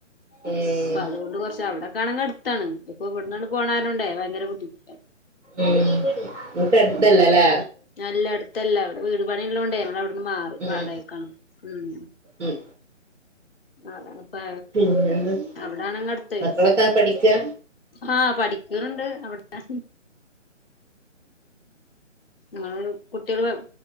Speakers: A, on the right; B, on the left.
A: ഏഹ്
B: അപ്പ അതുകൊണ്ട് കുറച്ച് അവിടെക്ക ആണെങ്ക ട്ത്താണ് ഇപ്പൊ ഇവിടുന്നട് പോകാനുണ്ടേ ഭയങ്കര ബുദ്ധിമുട്ട്.
A: ഉം ങ്ങക്ക് എടുത്തല്ല അല്ലേ?
B: അല്ല അടുത്തല്ല. അവിടെ വീട് പാണിയൊള്ളോണ്ട് അവിടുന്ന് മാറി.
A: ഉം
B: വാടക്കാണ് മം
A: ഉം
B: അതാണ് പ്പോ...
A: പിന്നെന്താ
B: അവിടെണങ്ങെ അടുത്ത്
A: മക്കളൊക്കെ പഠിക്കാ
B: ആഹ് പഠിക്കണ്ണ്ട് അവിട്ത്തെ നിങ്ങള് കുട്ടികൾ